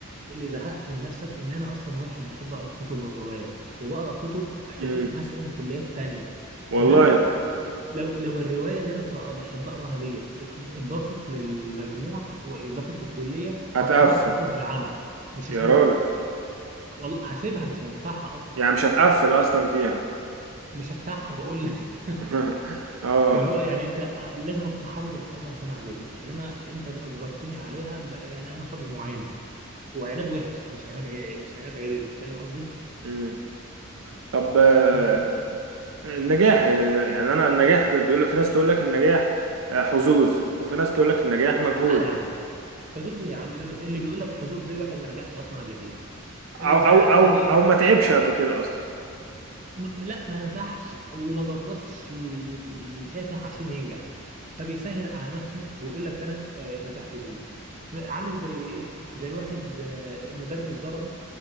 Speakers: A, on the right (about 35°); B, on the right (about 70°).
A: اللي زهقك من نفسك ان انا اصلا واحد بحب اقرا كتب وروايات وبقرا كتب حقوق
B: امم
A: مثلا كليات تانية
B: والله
A: انما ل- لو لو الروايه اللي انا بقى- بحب اقراها ديت ات- اتضافت للمجموع واضافت في الكليه
B: هتقفل
A: هقراها كره العمى مش
B: يا
A: هسيبها
B: راجل
A: والله هسيبها مش هفتحها اصلا
B: يعني مش هتقفل اصلا فيها
A: مش هفتحها بقول لك <laughs>
B: <laughs> اه
A: اللي هو يعني انت آه، لازم اكون حابب الحاجه عشان اعملها انما انت اجبرتني عليها بقى يعني انا طبع معاند وعناد وحش مش عناد عي- مش عناد عدل فاهم قصدي؟
B: امم طب آه،
A: مم.
B: النجاح يعني انا النجاح في- بيقول لك في ناس تقول لك النجاح آه، حظوظ وفي ناس تقول لك النجاح مجهود
A: لا يا عم حظوظ يا عم ده- ده اللي بيقول لك حظوظ دي واحد ما نجحش اصلا قبل كده إيه
B: او
A: زي
B: او
A: عارف
B: او
A: زي ايه
B: او ما تعبش قبل كده اصلا
A: ما لا ما نجحش وما جربش ي- يكافح عشان ينجح فبيسهل على نفسه ويقول لك انا آه، نجاح حظوظ عامل زي ايه زي واحد آه، المدرس ضربه